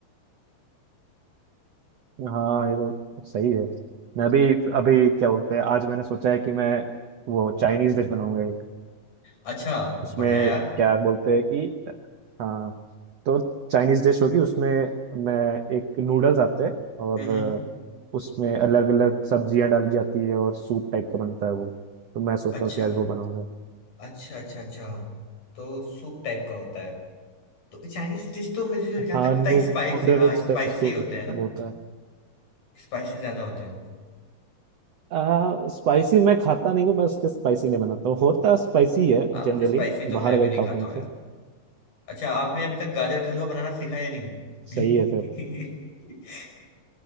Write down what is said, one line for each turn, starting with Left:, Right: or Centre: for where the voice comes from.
Right: हाँ ये तो सही है मैं भी अभी क्या बोलते हैं आज मैंने सोचा है कि मैं वो चाइनीज डिश बनाऊंगा
Left: अच्छा
Right: उसमें
Left: बढ़िया यार
Right: क्या बोलते हैं कि हाँ तो चाइनीज डिश होगी उसमें मैं एक नूडल्स आते हैं और
Left: हम्म हम्म
Right: अ, उसमें अलग अलग सब्जियां डाली जाती है और सूप टाइप का बनता है वो तो मैं सोच
Left: अच्छा
Right: रहा हूँ कि आज वो बनाऊंगा
Left: अच्छा अच्छा अच्छा तो सूप टाइप का होता है तो चाइनीज डिश तो मुझे जहाँ
Right: हाँ
Left: तक पता
Right: नूडल्स
Left: है स्पाइसी हाँ स्पाइसी
Right: का सूप
Left: होते हैं ना
Right: होता है
Left: स्पाइसी ज्यादा होते हैं वो
Right: आ, स्पाइसी मैं खाता नहीं हूँ मैं उसके स्पाइसी नहीं बनाता हूँ होता स्पाइसी है
Left: हाँ
Right: जनरली
Left: स्पाइसी तो मैं
Right: बाहर अगर
Left: भी नहीं
Right: खाओ
Left: खाता
Right: कहीं
Left: हूँ यार
Right: तो
Left: अच्छा आपने अभी तक गाजर का हलवा बनाना सीखा या नहीं
Right: सही है फिर
Left: <laughs>